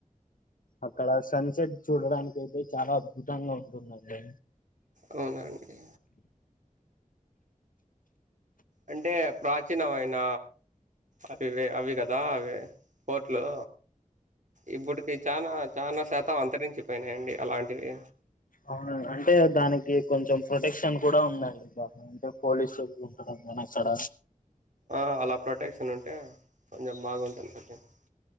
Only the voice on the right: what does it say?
అవునా అంటి అంటే ప్రాచీనమైన అవివి అవి కదా అవి ఫోర్ట్ లు ఇబ్బుడు తి చానా చానా శాతం అంతరించిపోయినాయి అండి అలాంటివి
ఆ అలా ప్రొటెక్షన్ ఉంటే కొంచెం బాగుంటుంది <inaudible>